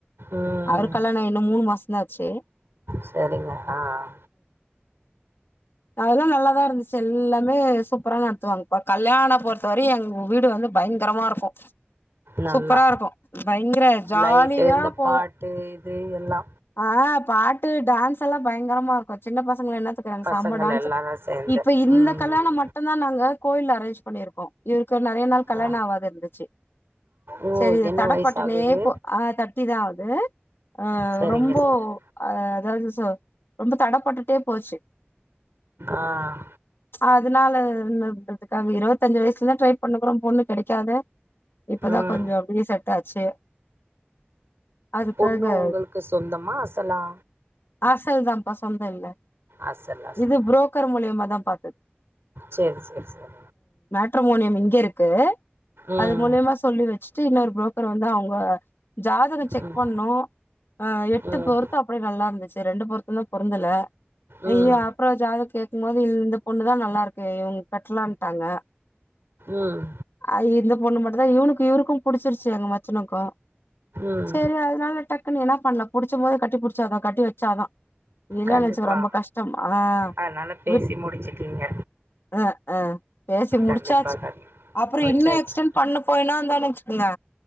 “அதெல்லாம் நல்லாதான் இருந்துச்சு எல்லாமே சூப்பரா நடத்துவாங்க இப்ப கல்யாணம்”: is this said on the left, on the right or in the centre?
Left